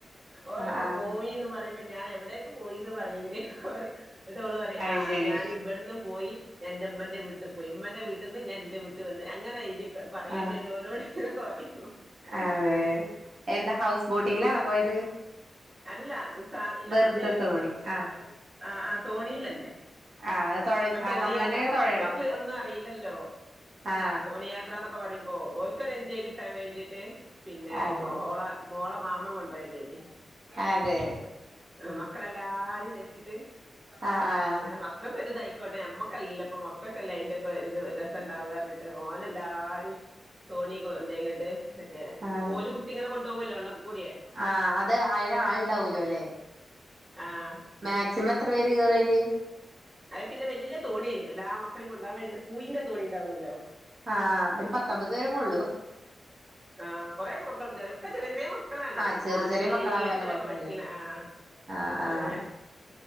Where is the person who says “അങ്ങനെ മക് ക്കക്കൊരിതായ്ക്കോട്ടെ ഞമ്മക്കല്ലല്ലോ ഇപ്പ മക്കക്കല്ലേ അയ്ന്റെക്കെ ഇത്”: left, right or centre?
Right